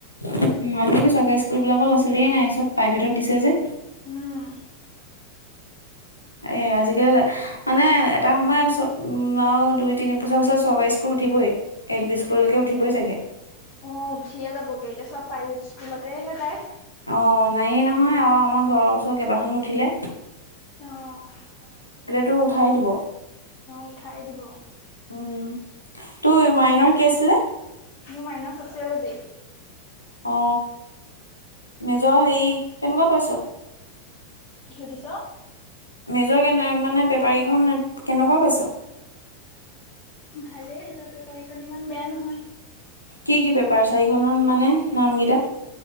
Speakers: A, on the left; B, on the left.
A: আজিকালি চৰকাৰী স্কুল বিলাকৰ লছিলেই নাই চব প্ৰাইভেটত দিছে যে।
B: উম।
A: এই, আজিকালি মানে এটা সময় আৰু দুই তিনি বছৰ পিছত চৰকাৰী স্কুল উঠিবই। এল পি স্কুললৈকে উঠিবই চাগে।
B: অ উঠিয়ে যাবগে এতিয়া চব প্ৰাইভেট স্কুলতেহে যায়।
A: অ, নায়েই নহয় আৰু আমাৰ ঘৰৰ ওচৰ কেইবাখনো উঠিলে।
B: অঁ।
A: তো উঠাইে দিব।
B: উঠাই দিব
A: উম তোৰ মাইনৰ কি আছিলে?
B: মোৰ মাইন ছ'চিয়'লজি।
A: অ, মেজৰ হেৰি। কেনেকুৱা পাইছ?
B: সুধিছ
A: মেজৰ কেনে মানে পেপাৰ কেইখন কেনেকুৱা পাইছ।
B: ভালেই যোৱা পেপাৰীখন ইমান বেয়া নহয়।
A: কি কি পেপাৰ চাৰিখনত মানে নামকেইটা?